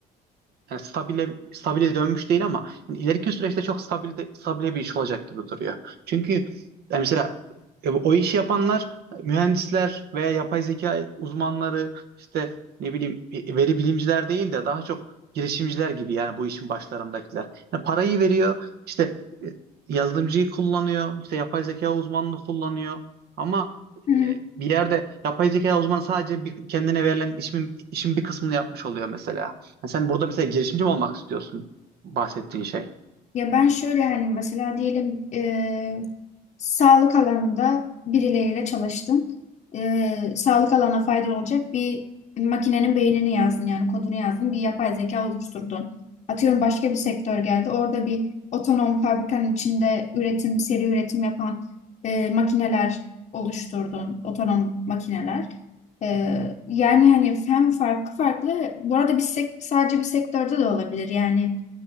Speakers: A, on the right (about 70°); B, on the left (about 45°).
A: yani stabile stabile dönmüş değil ama yani ileriki süreçte çok stabil stabile bir iş olacak gibi duruyor. Çünkü yani mesela e, o işi yapanlar mühendisler veya yapay zeka uzmanları işte ne bileyim e, veri bilimciler değil de daha çok girişimciler gibi yani bu işin başlarındakiler. Yani parayı veriyor işte e, yazılımcıyı kullanıyor işte yapay zeka uzmanını kullanıyor ama
B: Hı hı.
A: e, bir yerde yapay zeka uzmanı sadece bir, kendine verilen işin, işin bir kısmını yapmış oluyor mesela. Ha, sen burada mesela girişimci mi olmak istiyorsun bahsettiğin şey?
B: Ya ben şöyle hani mesela diyelim e, sağlık alanında birileriyle çalıştın. E, sağlık alana faydalı olacak bir makinenin beynini yazdın yani kodunu yazdın bir yapay zeka oluşturdun. Atıyorum başka bir sektör geldi orada bir otonom fabrikanın içinde üretim seri üretim yapan e, makineler oluşturdun otonom makineler. E, yani hani hem farklı farklı bu arada bir sek- sadece bir sektörde de olabilir yani.